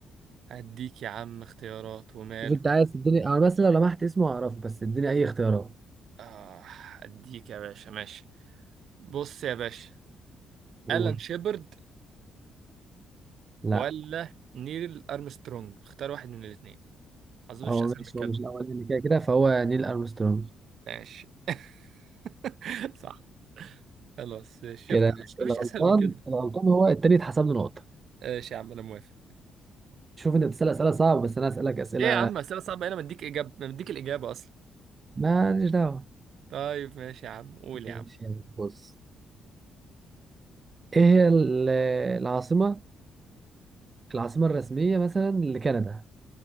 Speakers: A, on the right; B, on the right.
A: هديك يا عم اختيارات وماله
B: شوف انت عايز تديني انا بس لو لمحت اسمه هعرفه بس اديني اي اختيارات
A: اه هديك يا باشا ماشي بص يا باشا
B: قول
A: ألان شيبرد
B: لا
A: ولا نيل أرمسترونج اختار واحد من الاثنين اظن
B: هو
A: مفيش اسهل
B: ماشي
A: من كده
B: هو مش الاولاني كده كده فهو نيل ارمسترونج
A: ماشي <laughs> صح خلاص شفت
B: كده ماشي
A: مفيش مفيش
B: الغلطان
A: اسهل من كده
B: الغلطان هو التاني اتحسب له نقطة
A: ماشي يا عم انا موافق
B: شوف انت بتسأل اسئلة صعبة بس انا اسألك اسئلة
A: ايه يا عم اسئله صعبه انا مديك اجابه مديك الاجابه اصلا
B: ماليش دعوة
A: طيب ماشي يا عم قول يا
B: ماشي
A: عم
B: بص ايه هي ال- العاصمة العاصمة الرسمية مثلا لكندا